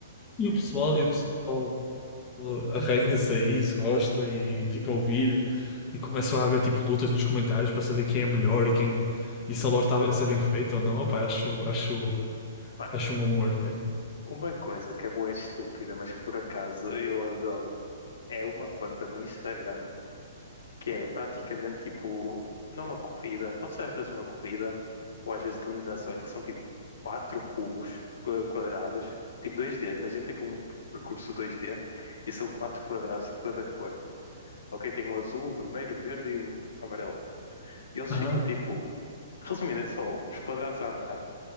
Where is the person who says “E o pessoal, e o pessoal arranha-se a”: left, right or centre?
Left